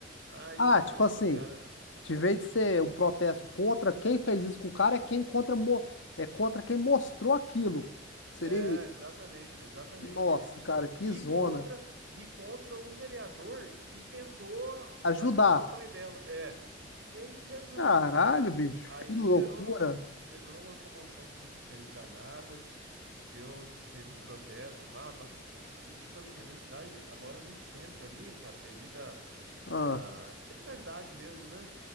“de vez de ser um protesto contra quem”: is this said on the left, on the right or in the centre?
Left